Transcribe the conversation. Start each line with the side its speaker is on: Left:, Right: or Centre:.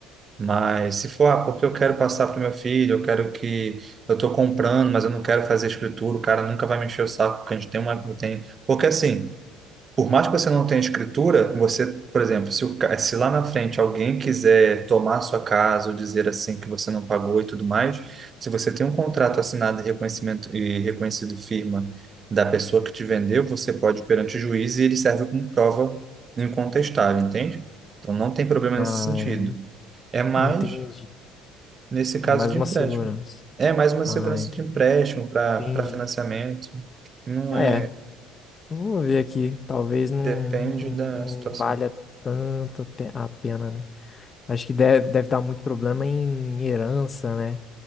Right: Mas se for, ah, porque eu quero passar para o meu filho, eu quero que eu estou comprando, mas eu não quero fazer escritura, o cara nunca vai me encher o saco, porque a gente tem uma, tem, porque assim, por mais que você não tenha escritura, você, por exemplo, se, o ca- se lá na frente alguém quiser tomar sua casa ou dizer assim que você não pagou e tudo mais, se você tem um contrato assinado e reconhecimento e reconhecido firma da pessoa que te vendeu, você pode ir perante o juiz e ele serve como prova incontestável, entende? Então não tem problema
Left: Ah,
Right: nesse sentido.
Left: é.
Right: É mais
Left: Entendi.
Right: nesse caso
Left: É mais
Right: de
Left: uma
Right: empréstimo.
Left: segurança.
Right: É mais uma segurança
Left: Ah, entendi.
Right: de empréstimo para
Left: Entendi.
Right: para financiamento. Não
Left: É,
Right: é,
Left: eu vou ver aqui. Talvez não,
Right: depende
Left: não,
Right: da
Left: não
Right: situação.
Left: valha tanto te- a pena, né? Acho que deve, deve dar muito problema em herança, né?